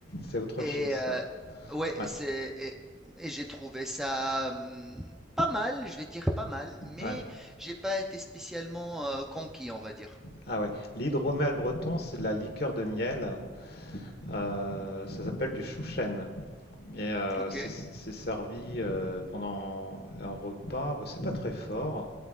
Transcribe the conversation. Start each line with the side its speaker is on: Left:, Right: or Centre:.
Left: C'est autre
Centre: et
Left: chose, ça.
Centre: euh, ouais
Left: Ouais,
Centre: c'est et, et j'ai trouvé ça hum, pas mal je vais dire pas mal mais
Left: ouais.
Centre: j'ai pas été spécialement euh, conquis on va dire
Left: Ah ouais. L'hydromel breton, c'est de la liqueur de miel. euh, ça s'appelle du chouchen. Et euh,
Centre: ok
Left: c'est c'est servi euh, pendant un repas. Bah, c'est pas très fort.